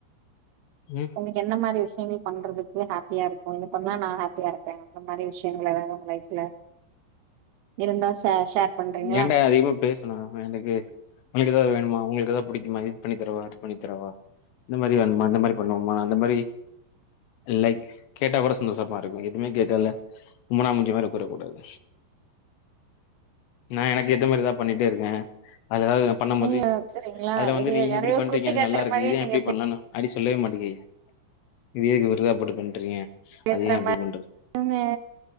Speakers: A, on the left (about 75°); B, on the right (about 75°).
A: ம்
B: உங்ளுக்கு என்ன மாரி விஷ் ஃபீல் பண்றதுக்கு ஹப்பியா இர் ஒன்னு பண்ணா நான் ஹப்பியா இருப்பேன் அந்த மாரி விஷயங்கள் எதாது உங்க லைஃப்ல இருந்தா ஷே ஷேர் பண்றீங்களா
A: ஏன்டா அதிகமா பேசுன எனக்கு உங்களுக்கு ஏதாது வேணுமா உங்களுக்கு ஏதா புடிக்குமா இது பண்ணி தரவா அது பண்ணி தரவா இந்த மாரி வேணுமா இந்த மாரி பண்ணுவோமா அந்த மாரி லைக் கேட்டா கூட சந்தோஷமா இருக்கு எதுமே கேக்கல உம்மனா மூஞ்சி மாரி ஒக்காரக்கூடாது நா எனக்கேத்த மாரி எதா பண்ணிட்டே இருக்கே அதுல எதாது நா பண்ணும்போது
B: நீங்க சரிங்களா
A: அதுல வந்து
B: இது
A: நீங்க
B: யாரையோ
A: ஏ இப்டி பண்றீங்க
B: குத்தி
A: அது
B: காட்டுற
A: நல்லாருக்கு
B: மாரியே
A: இத ஏ
B: நீங்க
A: இப்டி பண்லன்னா அப்டி சொல்லவே மாட்டிக்கு இது ஏ <unintelligible> போட்டு பண்றீங்க
B: பேசற
A: அது ஏன்
B: <inaudible>
A: அப்டி பண்றது
B: உங்க